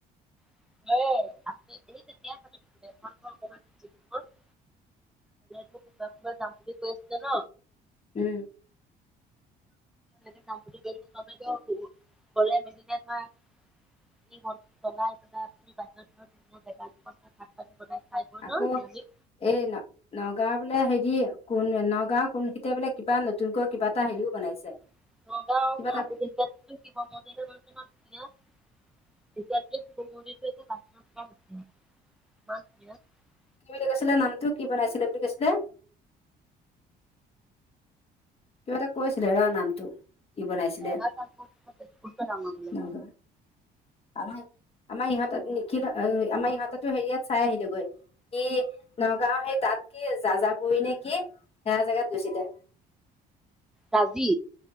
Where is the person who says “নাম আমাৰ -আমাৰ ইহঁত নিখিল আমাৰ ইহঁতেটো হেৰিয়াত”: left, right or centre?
Left